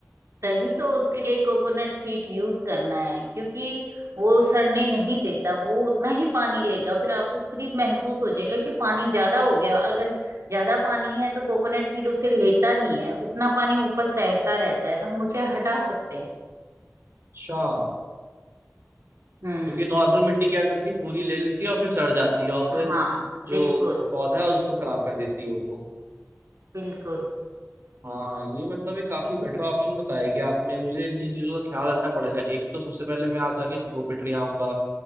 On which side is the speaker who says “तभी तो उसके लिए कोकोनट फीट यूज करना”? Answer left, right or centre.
Right